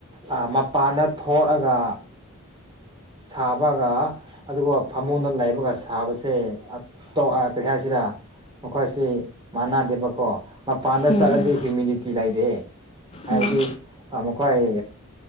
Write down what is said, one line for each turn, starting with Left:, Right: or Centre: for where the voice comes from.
Right: ꯑꯥ ꯃꯄꯥꯟꯗ ꯊꯣꯛꯔꯒ ꯁꯥꯕꯒ ꯑꯗꯨꯒ ꯐꯃꯨꯡꯗ ꯂꯩꯕꯒ ꯁꯥꯕꯁꯦ ꯑꯇꯣꯛ ꯑꯥ ꯀꯔꯤ ꯍꯥꯏꯁꯤꯔꯥ ꯃꯈꯣꯏꯁꯤ ꯃꯥꯟꯅꯗꯦꯕꯀꯣ ꯃꯄꯥꯟꯗ
Left: ꯎꯝ
Right: ꯆꯠꯂꯗꯤ
Left: ꯎꯝ
Right: ꯍꯤꯌꯨꯃꯤꯗꯤꯇꯤ ꯀꯤ ꯂꯩꯗꯦ ꯍꯥꯏꯕꯗꯤ
Left: ꯎꯝ
Right: ꯑꯥ ꯃꯈꯣꯏ